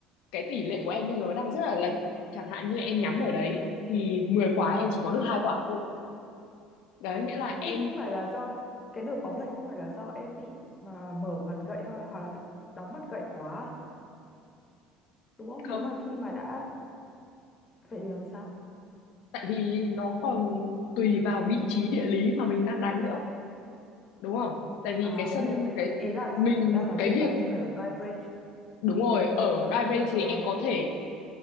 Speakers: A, on the left; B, on the left.
A: cái tỷ lệ của em bây giờ nó đang rất là lệch chẳng hạn như em nhắm ở đấy thì 10 quả em chỉ có được hai quả thôi đấy
B: Ồ,
A: nghĩa là em
B: nhưng không phải là do cái đường bóng lệch không phải là do em bị mà mở mặt gậy ho- hoặc là bị đóng mặt gậy quá à? đúng không
A: không
B: nếu mà khi mà đã vậy thì làm sao
A: tại vì nó còn tùy vào vị trí địa lý mà mình đang đánh nữa đúng không tại vì
B: À
A: cái sân
B: ok ok.
A: cái
B: Ý là
A: mình
B: đang nói
A: cái
B: trên
A: việc
B: sân chứ phải ở drive range.
A: Đúng rồi, ở Drive Range
B: Ờ
A: thì em
B: ờ
A: có thể